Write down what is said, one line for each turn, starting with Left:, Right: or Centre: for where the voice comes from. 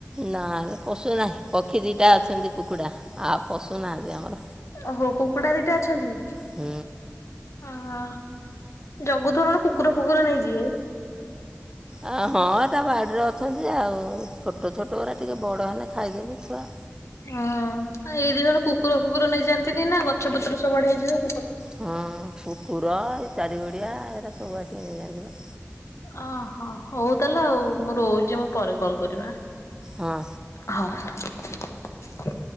Right: ନାରେ ପଶୁ ନାହିଁ ପକ୍ଷୀ ଦିଟା ଅଛନ୍ତି କୁକୁଡା ଆଉ ପଶୁ ନାହାନ୍ତି ଆମର
Left: ଓହୋ କୁକୁଡ଼ା ଦିଟା ଅଛନ୍ତି?
Right: ହୁଁ।
Left: ଓହୋ ଜଗୁ ଥିବ ନହେନେ କୁକୁର ଫୁକୁର ନେଇଯିବେ।
Right: ଆ ହଁ ଏଟା ବାଡ଼ିରେ ଅଛନ୍ତି ଆଉ ଛୋଟ ଛୋଟ ଗୁରା ଟିକେ ବଡ ହେଲେ ଖାଇଦେବେ ଛୁଆ।
Left: ଓ ଏଇ ଦିନରେ କୁକୁର ଫୁକୁର ନେଇଯାଆନ୍ତିନି ନା ଗଛ ପତର ସବୁ ଆଡେ ହେଇଯିବେ।
Right: ହଁ କୁକୁର ଏ ଚାରିଗୋଡିଆ ଏରା ସବୁ ଆସିକି ନେଇଯାଆନ୍ତି ପା।
Left: ଓହୋ ହୋଉ ତାହେଲେ ଆଉ ମୁଁ ରୋହୁଚି ମୁଁ ପରେ କଲ୍ କରିବି ଆ।
Right: ହଁ
Left: ହଁ <inaudible>